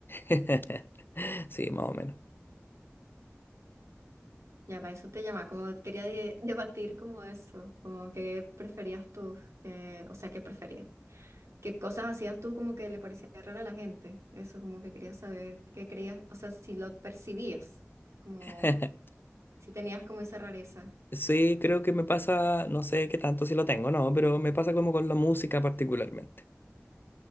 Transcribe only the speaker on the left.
<laughs> sí, más o menos.
<laughs>
Sí, creo que me pasa, no sé qué tanto si lo tengo, no, pero me pasa como con la música particularmente,